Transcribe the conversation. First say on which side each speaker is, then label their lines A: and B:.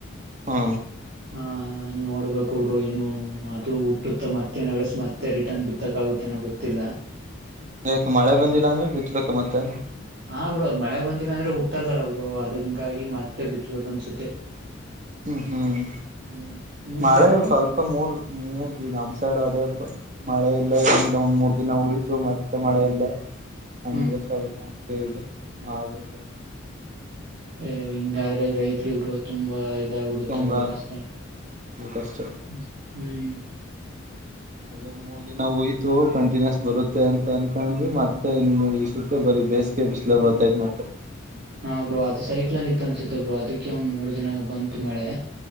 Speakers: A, on the right; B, on the right.
A: ಹಾ,
B: ಆ ನೋಡ್ಬೇಕಬ್ರೋ ಇನ್ನು ಅದು ಹುಟ್ಟುತ್ತ ಮತ್ತೆ ಅಳಸಿ ಮ ಮತ್ತೆ ರಿಟರ್ನ್ ಬಿತ್ತಕ್ಕಾಗುತ್ತೆನೋ ಗೊತ್ತಿಲ್ಲಾ.
A: ಯಾಕ ಮಳೆ ಬಂದಿಲ್ಲ ಅಂದ್ರೆ ಬಿತ್ಬೇಕ ಮತ್ತೆ
B: ಹ, ಬ್ರೋ ಅದ್ ಮಳೆ ಬಂದಿಲ್ಲ ಅಂದ್ರೆ ಹುಟ್ಟದಿಲ್ಲ ಬ್ರೋ ಅದ ಹಂಗಾಗಿ ಮತ್ತೆ ಬಿತ್ಬೇಕ್ ಅನ್ಸುತ್ತೆ.
A: ಹ್ಮ್, ಹ್ಮ್
B: ಹ್ಮ್ ನಿಮ್
A: ಮಳೆ
B: ಸೈಡ್ ಬ್ರೋ
A: ಸ್ವಲ್ಪ ಮೂರ್ ಮೂರ್ ದ ನಮ್ ಸೈಡು ಅದೇ ಒಬ್ರು <unintelligible> ಮಳೆ ಇಲ್ಲ ಒಂದ್ ಮೂರ್ ದಿನ ಉಳಿತು ಮತ್ ಮಳೆಇಲ್ಲಾ ಹಂಗೆ
B: ಹ್ಮ್
A: ಸ್ವಲ್ಪಗೆ ಮಾಡ <unintelligible>
B: ಅಯ್ಯೋ ಹಿಂಗಾದ್ರೆ ರೈತರು ಬ್ರೋ ತುಂಬಾ ಇದಾಗ್ಬಿಡುತ್ತೆ
A: ತುಂಬಾ
B: ಬ್ರೋ ಕಷ್ಟ
A: ಕಷ್ಟ
B: ಹ್ಮ್,
A: ಅದೇ <unintelligible> ಮೂರ್ ದಿನ ಓಯ್ತು ಕಂಟಿನ್ಯೂಸ್ ಬರುತ್ತೆ ಅಂತ ಅನ್ಕೊಂಡ್ವಿ ಮತ್ತೆ ಇನ್ ಮೂರ್ ದಿವಸಕ್ಕೆ ಬರಿ ಬೇಸ್ ಬಿಸ್ಲೆ ಬರ್ತಾಯ್ತ್ ಮತ್ತೆ
B: ಹಾ, ಬ್ರೋ ಅದು ಸೈಕ್ಲೋನಇತ್ತ ಅನ್ಸುತ್ತೆ ಬ್ರೋ ಅದಕ್ಕೆ ಒಂದ್ ಮೂರ್ ದಿನ ಬಂತು ಮಳೆ.